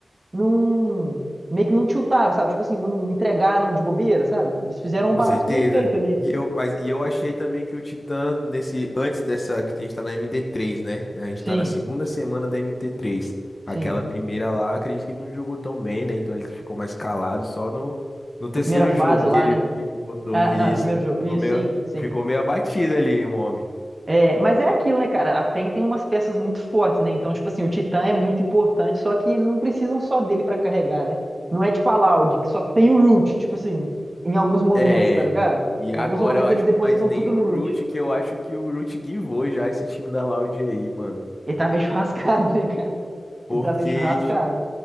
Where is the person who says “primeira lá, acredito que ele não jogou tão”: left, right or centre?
Left